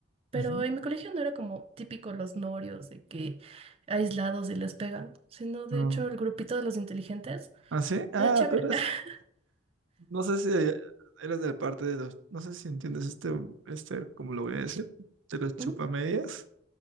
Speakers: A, on the right (about 30°); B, on the right (about 80°).
A: pero
B: Ujú.
A: en mi colegio no era como típico los norios de que aislados y les pegan, sino de
B: No.
A: hecho el grupito de los inteligentes
B: ¿Ah, sí? Ah,
A: era chévere.
B: tú eras
A: <laughs>
B: No sé si eres de parte de los, no sé si entiendes este, este, ¿cómo lo voy a decir? De los chupamedias.
A: Ujú.